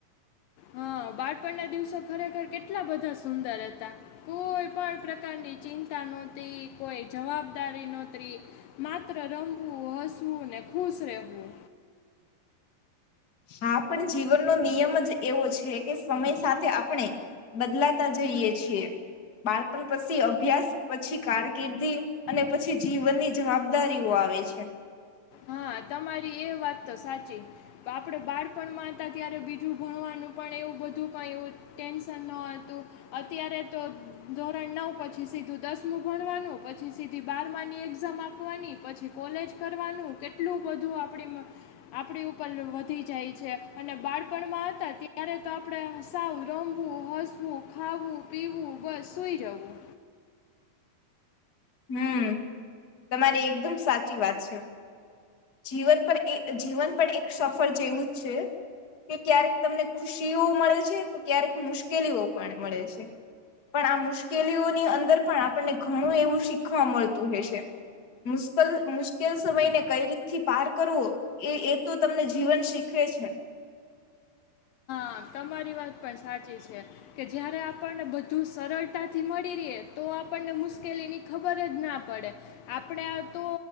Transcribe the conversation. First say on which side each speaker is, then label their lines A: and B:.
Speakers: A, on the left (about 75°); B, on the left (about 35°).
A: હા બાળપણના દિવસો ખરેખર કેટલા બધા સુંદર હતા કોઈ પણ પ્રકારની ચિંતા નોતી કોઈ જવાબદારી નોત્રી માત્ર રમવું હસવું ને ખુશ રહેવું.
B: હા પણ જીવનનો નિયમ જ એવો છે કે સમય સાથે આપણે બદલાતા જઈએ છીએ બાળપણ પસી અભ્યાસ પછી કારકિર્દી અને પછી જીવનની જવાબદારીઓ આવે છે.
A: હા તમારી એ વાત તો સાચી તો આપડે બાળપણમાં હતા ત્યારે બીજું ભણવાનું પણ એવું બધું કંઈ ટેન્શન ન હતું અત્યારે તો ધોરણ નવ પછી સીધું દસમું ભણવાનું પછી સીધી બારમાની એક્ઝામ આપવાની પછી કોલેજ કરવાનું કેટ ટલું બધું આપડી આપડી ઉપર વધી જાય છે અને બાળપણમાં હતા ત્યારે તો આપડે સાવ રમવું હસ હું ખાવું પીવું બસ સોઈ જવું.
B: હમ્મ તમારી એકદમ સાચી વાત છે. જીવન પણ એ જીવન પણ એક સફર જેવું જ છે કે ક્યારેક તમને ખુશીઓ મળે છે તો ક્યારેક મુશ્કેલીઓ પણ મળે છે પણ આ મુશ્કેલીઓની અંદર પણ આપણને ઘણું એવું શીખવા મળતું હો છે મુશ્કલ મુશ્કેલ સમયને કઈ રી થી પાર કરવો એ એ તો તમને જીવન શીખવે છે.
A: આ તમારી વાત પણ સાચી છે કે જયારે આપણને બધું સરળ તાથી મળી રિયે તો આપણને મુશ્કેલીની ખબર જ ના પડે આપડે આ તો